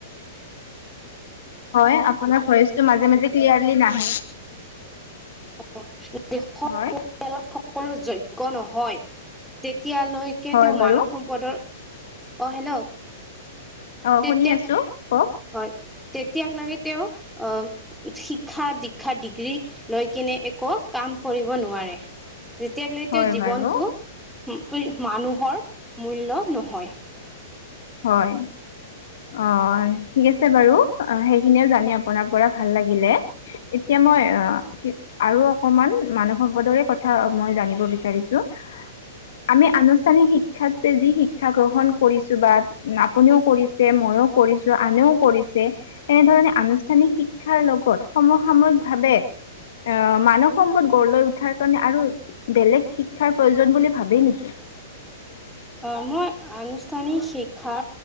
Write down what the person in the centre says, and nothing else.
<unintelligible>
সকলো যোগ্য নহয় তেতিয়ালৈকে
তেওঁ
মানৱ সম্পদৰ অ হেল্ল!
তেতিয়া
হয় তেতিয়াক লাগে তেওঁ অ শিক্ষা দীক্ষা ডিগ্ৰী লৈ কিনে একো কাম কৰিব নোৱাৰে যেতিয়াক লেতিয়াক
জীৱনতটো
মানুহৰ মূল্য নহয়
আ মই আনুষ্ঠানিক শিক্ষা